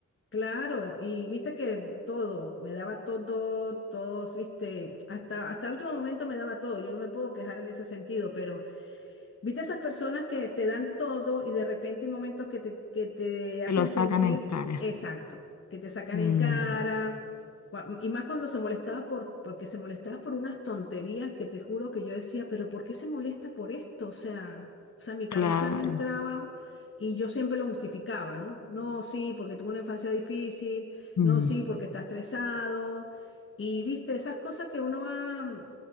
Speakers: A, on the left; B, on the left.
A: Claro, y viste que todo, me daba todo, todos, viste, hasta, hasta el último momento me daba todo, yo no me puedo quejar en ese sentido, pero... ¿Viste esas personas que te dan todo y de repente hay momentos que te, que te
B: Te
A: hacen
B: lo sacan
A: sentir
B: en cara.
A: exacto, que te sacan
B: Mm,
A: en cara? cua- Y más cuando se molestaba por, porque se molestaba por unas tonterías que te juro que yo decía, pero ¿por qué se molesta por esto? O sea, o sea, mi cabeza
B: claro.
A: no entraba y yo siempre lo justificaba, ¿no? No, sí, porque tuve una infancia difícil,
B: Mm,
A: no, sí, porque está estresado. Y viste, esas cosas que uno va